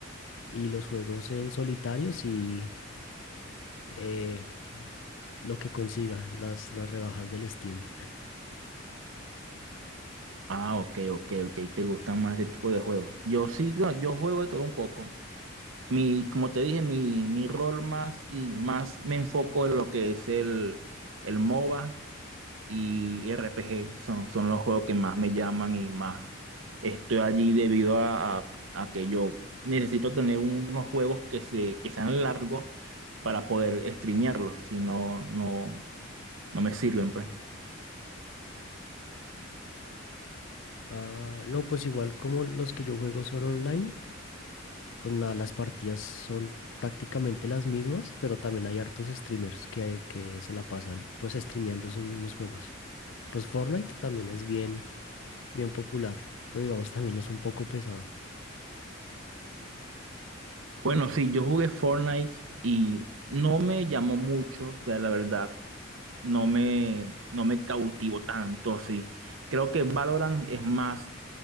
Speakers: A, on the left (about 70°); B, on the right (about 75°).
A: y los juegos en solitario sí eh, lo que consiga, las, las rebajas del Steam.
B: Ah, ok, ok, ok, te gustan más este tipo de juegos. Yo sí, no, yo juego de todo un poco. Mi, como te dije, mi, mi rol más y más me enfoco en lo que es el, el MOBA y RPG son, son los juegos que más me llaman y más estoy allí debido a, a- a que yo necesito tener unos juegos que, se, que sean largos para poder streamearlos, si no, no, no me sirven, pues.
A: Ah, no, pues igual como los que yo juego son online. Pues nada, las partidas son prácticamente las mismas, pero también hay hartos streamers que, que se la pasan pues streameando esos mismos juegos. Pues Fortnite también es bien, bien popular, pero digamos también es un poco pesado.
B: Bueno, sí, yo jugué Fortnite y no me llamó mucho, o sea, la verdad, no me, no me cautivó tanto, sí. Creo que Valorant es más,